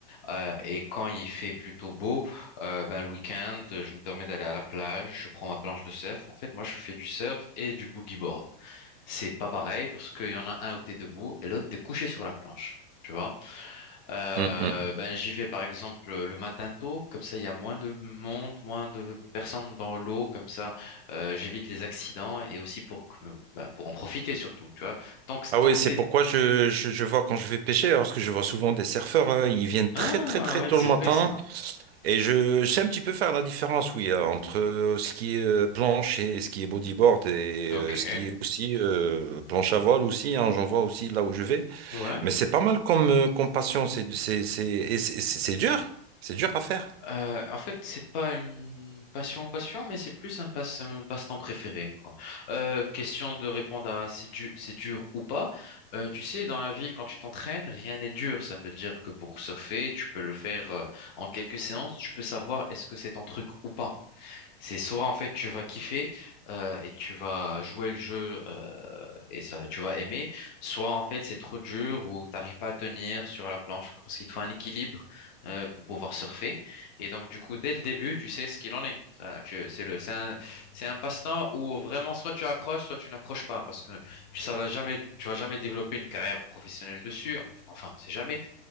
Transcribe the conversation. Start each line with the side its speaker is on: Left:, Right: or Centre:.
Left: Euh, et quand il fait plutôt beau, euh, ben, le week-end, je me permets d'aller à la plage, je prends ma planche de surf. En fait, moi, je fais du surf et du boogie board. C'est pas pareil parce qu'il y en a un où t'es debout et l'autre, t'es couché sur la planche. Tu vois? Euh,
Right: Hum, hum.
Left: ben, j'y vais par exemple le matin tôt, comme ça il y a moins de monde, moins de personnes dans l'eau, comme ça euh, j'évite les accidents et aussi pour, que, ben, pour en profiter surtout, tu vois. Tant que,
Right: Ah
Left: tant
Right: oui,
Left: que
Right: c'est
Left: c'est.
Right: pourquoi je, je, je vois quand je vais pêcher, hein, parce que je vois souvent des surfeurs, hein, ils viennent très
Left: Ah
Right: très très
Left: ouais,
Right: tôt
Left: c'est
Right: le matin.
Left: vrai ça.
Right: Et je sais un petit peu faire la différence, oui, euh, entre euh, ce qui est euh, planche et ce qui est bodyboard et
Left: Ok.
Right: euh, ce qui est aussi euh, planche à voile aussi, hein, j'en vois aussi là où je vais.
Left: Ouais.
Right: Mais c'est pas mal comme, euh, comme passion, c'est c'est- c'est- et c'est- c'est- c'est dur, c'est dur à faire.
Left: Euh, en fait, c'est pas une passion, passion, mais c'est plus un passe, mon passe-temps préféré, quoi. Euh, question de répondre à c'est du, c'est dur ou pas. Euh, tu sais, dans la vie, quand tu t'entraînes, rien n'est dur. Ça veut dire que pour surfer, tu peux le faire euh, en quelques séances. Tu peux savoir est-ce que c'est ton truc ou pas. C'est soit en fait tu vas kiffer euh, et tu vas jouer le jeu euh, et ça tu vas aimer, soit en fait c'est trop dur ou t'arrives pas à tenir sur la planche parce qu'il te faut un équilibre euh, pour pouvoir surfer. Et donc du coup dès le début tu sais ce qu'il en est. Ça, tu- c'est le, c'est un, c'est un passe-temps où vraiment soit tu accroches, soit tu n'accroches pas parce que tu ça va jamais, tu vas jamais développer une carrière professionnelle dessus. Enfin, c'est jamais.